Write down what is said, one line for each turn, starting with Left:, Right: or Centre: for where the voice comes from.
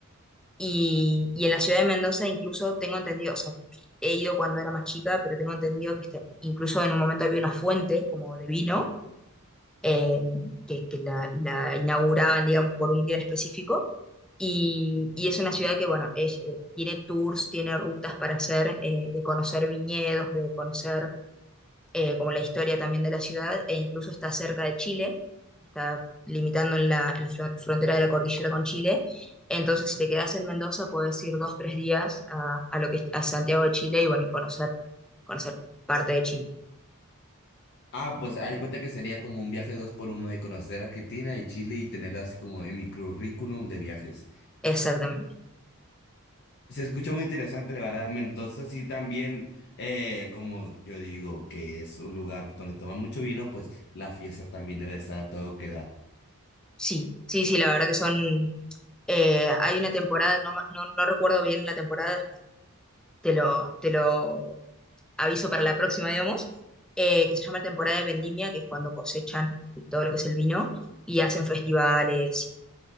Centre: y, y en la ciudad de Mendoza incluso tengo entendido, o sea, he ido cuando era más chica, pero tengo entendido que este- incluso en un momento había una fuente como de vino eh, que, que la, la inauguraban, digamos, por un día en específico. Y, y es una ciudad que, bueno, es, eh, tiene tours, tiene rutas para hacer, eh, de conocer viñedos, de conocer eh, como la historia también de la ciudad, e incluso está cerca de Chile, está limitando en la, en la fron- frontera de la cordillera con Chile. Entonces, si te quedas en Mendoza, puedes ir dos, tres días a, a lo que, es- a Santiago de Chile y bueno, y conocer, conocer parte de Chile.
Left: Ah, pues hay cuenta que sería como un viaje dos por uno de conocer Argentina y Chile y tenerlo así como en mi currículum de viajes.
Centre: Exactamente.
Left: Se escucha muy interesante, la verdad. Mendoza sí también, eh, como yo digo, que es un lugar donde toma mucho vino, pues la fiesta también debe estar a todo que da.
Centre: Sí, sí, sí, la verdad que son... eh, hay una temporada, no, ma- no, no recuerdo bien la temporada, te lo, te lo aviso para la próxima, digamos, eh, que se llama temporada de vendimia, que es cuando cosechan todo lo que es el vino y hacen festivales y,